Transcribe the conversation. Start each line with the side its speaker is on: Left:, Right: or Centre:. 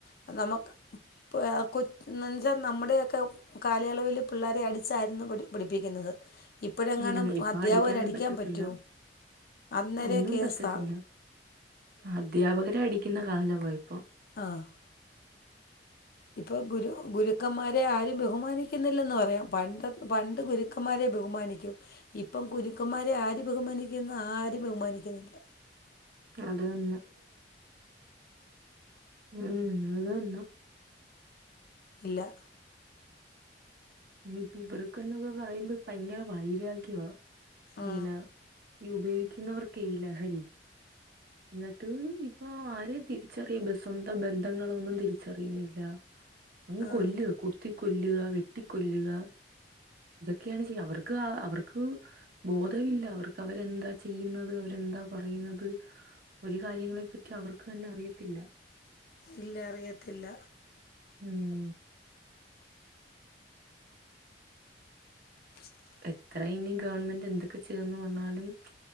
Left: അത് നമ്മക്ക് <unintelligible> കൊച് എന്നാന്ന് വെച്ചാ നമ്മടെ ഒക്കെ കാലയളവില് പിള്ളേരെ അടിച്ചായിരുന്നു പഠി പഠിപ്പിക്കുന്നത്. ഇപ്പോഴെങ്ങാനും
Right: ഉം ഇപ്പൊ
Left: അധ്യാപകർ
Right: അടിക്കാനും
Left: അടിക്കാൻ
Right: പറ്റത്തില്ലാ
Left: പറ്റുമോ അന്നേരെ
Right: ഒന്നും
Left: കേസാ
Right: പറ്റത്തില്ലാ. അദ്ധ്യാപകരെ അടിക്കുന്ന കാലവാ ഇപ്പം.
Left: ആഹ്. ഇപ്പൊ ഗുരു ഗുരുക്കന്മാരെ ആരും ബഹുമാനിക്കുന്നില്ലെന്ന് പറയാം പണ്ട് പണ്ട് ഗുരുക്ക് ക്കന്മാരെ ബഹുമാനിക്കും ഇപ്പം ഗുരുക്കന്മാരെ ആര് ബഹുമാനിക്കുന്നു ആരും ബഹുമാനിക്കുന്നില്ലാ.
Right: അത് തന്നെ ഉം അത് തന്നെ.
Left: ഇല്ലാ.
Right: ഇപ്പ ഇവർക്കെന്ന് പറയുമ്പോ ഭയങ്കര വൈരാഗ്യവാ
Left: ആ
Right: ഇങ്ങനെ ഈ ഉപയോഗിക്കുന്നവർക്കേ ഈ ലഹരി എന്നിട്ട് ഇപ്പൊ ആരെയും തിരിച്ചറിയ സ്വന്ത ബന്ധങ്ങളൊന്നും തിരിച്ചറിയുന്നില്ല. അങ്ങ്
Left: ആ
Right: കൊല്ലുവ കുത്തി കൊല്ലുക വെട്ടിക്കൊല്ലുക ഇതൊക്കെയാണ് ചെയ്യ അവർക്ക അവർക്ക് ബോധവില്ല അവർക്ക് അവരെന്താ ചെയ്യുന്നത് അവരെന്താ പറയുന്നത് ഒരു കാര്യങ്ങളെ പറ്റിയും അവർക്ക് തന്നെ അറിയത്തില്ല.
Left: ഇല്ല അറിയത്തില്ല.
Right: ഉം
Left: <inaudible>
Right: എത്ര ഇനി ഗവൺമെന്റ് എന്തൊക്കെ ചെയ്തന്ന് പറഞ്ഞാലും